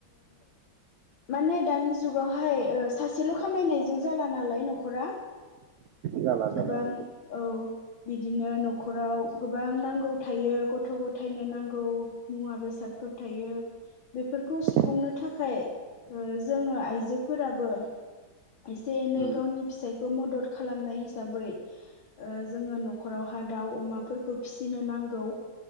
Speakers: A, on the left (about 80°); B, on the right (about 75°).
A: माने दानि जुगावहाय सासेल' खामायनायजों जाला नालाय नखर नखरा
B: जाला जाला
A: गोबां
B: औ
A: औ बिदिनो न'खराव गोबां नांगौ थायो गथ' गथायनो नांगौ मुवा बेसादफोर थायो यो बेफोरखौ सुफुंनो
B: उम
A: थाखाय जोङो आइजोफोराबो एसे एनै
B: उम
A: गावनि फिसायखौ मदद खालामनाय हिसाबै जोङो न'खराव दाउ अमाफोरखौ फिसिनो नांगौ